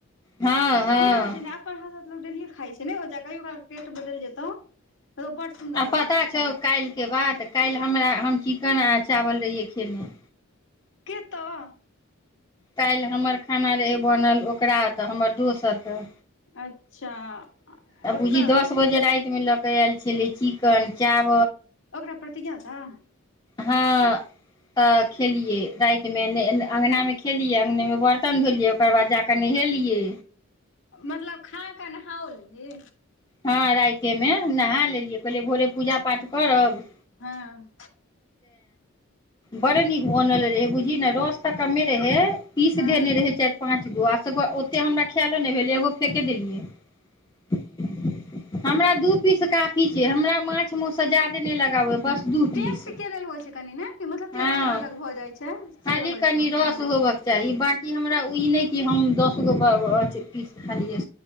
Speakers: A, on the left; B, on the left.
A: हँ हँ
B: ई रह छै ने अपन अहाँ सब लोक डेलीयो खाय छै नै होय छै मतलब कहियो काल टेस्ट बदल जेतौ तऽ बड़ सुन्दर
A: आ
B: लगै
A: पता
B: छै
A: छौ
B: खायमे
A: काल्हिके बात काल्हि हमरा हम कना चावल रहिये खेने
B: केतऽ
A: काल्हि हमर खाना रहै बनल ओकरा तऽ हमर दोस्त तऽ
B: अच्छा
A: आब
B: ओकरा
A: बुझी दस बजे रातिमे लऽ कऽ आयल छलै चिकन चाव
B: ओकरा प्रतिज्ञा छ हँ
A: हँ तऽ खेलियै रातिमे अङ्गनामे खेलियै अङ्गनेमे बर्तन धोलियै ओकर बाद जा कऽ नहेलियै
B: मतलब खा कऽ नहाओ लेलही
A: हँ रातिमे नहा लेलियै कहलियै भोरे पूजा पाठ करब
B: हँ
A: बरे नीक बनल रहे बुझ ही ने रस तऽ कमे रहै पीस
B: हँ
A: देने रहे चारि पाँंच गो आ ओते हमरा ख‌एलो नहि भेल एगो फेके देलियै हमरा दू पीस काफी छै हमरा माछ मौस से जादे नहि लगाव बस दू पीस
B: टेस्ट के लेल होइ छै कनि ने मतलब टेस्ट
A: हँ
B: अलग भऽ जाइ छै से
A: खाली
B: रहै
A: कनि
B: छै मतलब
A: रस
B: हँ
A: होबक चाही बट कि हमरा ई नहि कि हम दसगो पीस खालियै